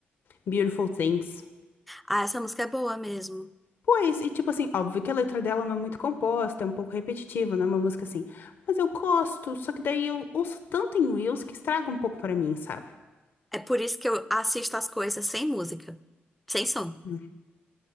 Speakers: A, on the left; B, in the centre.
A: Beautiful Things.
B: Ah, essa música é boa mesmo.
A: Pois, e tipo assim, óbvio que a letra dela não é muito composta, é um pouco repetitiva, não é uma música assim. Mas eu gosto, só que daí eu ouço tanto em Reels que estraga um pouco pra mim, sabe?
B: É por isso que eu assisto as coisas sem música, sem som.
A: Hum,